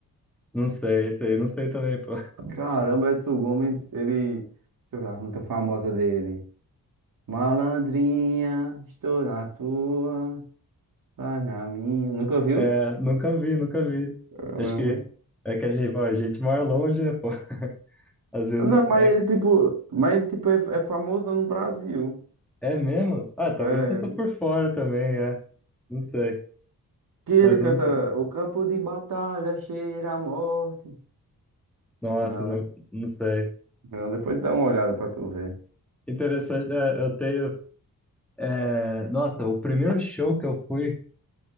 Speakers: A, in the centre; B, on the right.
A: Não sei, isso aí, não sei também, pô.
B: Caramba, Edson Gomes, ele. Deixa eu ver a música famosa dele. Malandrinha, estou na tua, tá na minha. Nunca viu?
A: É, nunca vi, nunca vi.
B: Caramba.
A: Acho que é que a gente, bom, a gente mora longe, né, pô? Às vezes
B: Não, mas
A: é,
B: ele tipo, mas ele tipo é, é famoso no Brasil.
A: é mesmo? Ah, talvez
B: É,
A: eu tô por fora também, é. Não sei.
B: que ele
A: Mas
B: canta
A: eu não sei.
B: O campo de batalha cheira a morte.
A: Nossa,
B: Não,
A: não,
B: né?
A: não sei.
B: Não, depois dá uma olhada pra tu ver.
A: Interessante, é, eu tenho. é, nossa, o primeiro show que eu fui